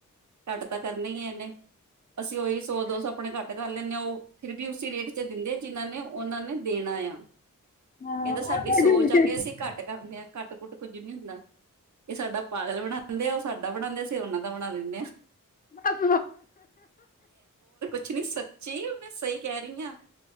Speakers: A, on the right; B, on the left.
A: ਘੱਟ ਤਾਂ ਕਰਨੇ ਹੀ ਹੈ ਇਹਨੇ। ਅਸੀਂ ਉਹੀ ਸੌ ਦੋ ਸੌ ਆਪਣੇ ਘੱਟ ਕਰ ਲੈਣੇ ਆ ਉਹ ਫਿਰ ਵੀ ਉਸੀ ਰੇਟ ਚ ਦਿੰਦੇ ਆ, ਜਿਹਨਾਂ ਨੇ ਉਹਨਾਂ ਨੇ ਦੇਣਾ ਆ,
B: ਹਾਂ
A: ਇਹ ਤਾਂ
B: ਉਹ
A: ਸਾਡੀ
B: ਤੁਹਾਡੀ
A: ਸੋਚ ਆ ਕਿ ਅਸੀਂ ਘੱਟ ਕਰ ਲਿਆ। ਘੱਟ ਘੁਟ ਕੁੱਝ ਨੀ ਹੁੰਦਾ, ਇਹ ਸਾਡਾ ਪਾਗਲ ਬਣਾਉਂਦੇ ਆ, ਉਹ ਸਾਡਾ ਬਣਾਉਂਦੇ ਅਸੀ ਉਹਨਾਂ ਦਾ। ਬਣਾ ਦਿੰਦੇ ਆ।
B: ਬਸ
A: ਕੀ ਸੱਚੀ ਮੈਂ ਸਹੀ ਕਹਿ ਰਹੀ ਹਾਂ।